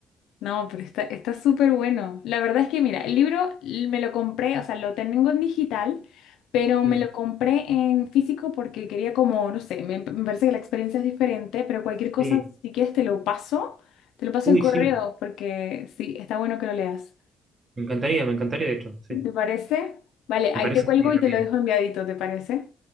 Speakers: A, on the left; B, on the right.
A: No, pero está, está súper bueno. La verdad es que, mira, el libro l- me lo compré, o sea, lo tengo en digital, pero me
B: Mm,
A: lo compré en físico porque quería como, no sé, me, me parece que la experiencia es diferente, pero cualquier cosa,
B: Sí.
A: si quieres, te lo paso, te lo paso
B: Uy,
A: el correo,
B: sí,
A: porque sí, está bueno que lo leas.
B: me encantaría, me encantaría, de hecho, sí.
A: ¿Te parece? Vale,
B: Me
A: ahí
B: parece
A: te cuelgo
B: genial
A: y
B: la
A: te
B: piel.
A: lo dejo enviadito, ¿te parece?